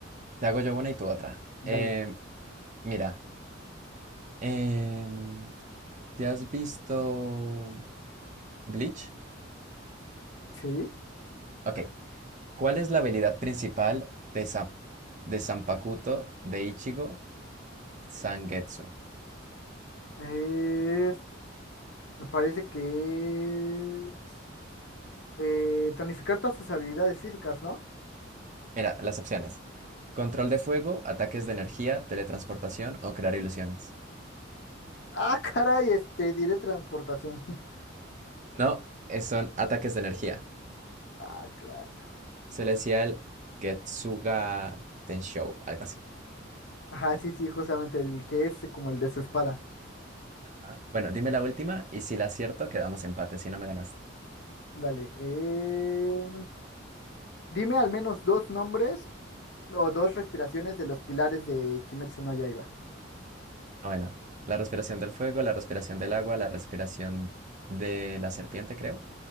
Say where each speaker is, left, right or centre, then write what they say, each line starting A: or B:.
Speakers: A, on the right (about 40°); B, on the left (about 60°).
A: Te hago yo una y tú otra.
B: Dale.
A: Em, mira, em, ¿te has visto Bleach?
B: Sí,
A: Ok. ¿Cuál es la habilidad principal de, Sa- de Zanpakuto de Ichigo Sangetsu?
B: es, me parece que es eh, tonificar todas sus habilidades físicas, ¿no?
A: Mira, las opciones. Control de fuego, ataques de energía, teletransportación o crear ilusiones.
B: Ah, <laughs> caray, este, diré transportación. <laughs>
A: No, eh, son ataques de energía.
B: Ah, claro.
A: Se le decía el Getsuga Tenshou, algo así.
B: Ajá, sí, sí, justamente el que es como el de su espada.
A: Ah, Bueno, dime la última y si la acierto, quedamos empate, si no me ganaste.
B: Dale. eh, Dime al menos dos nombres o dos respiraciones de los pilares de Kimetsu no Yaiba.
A: Ah, bueno. La respiración del fuego, la respiración del agua, la respiración de la serpiente, creo.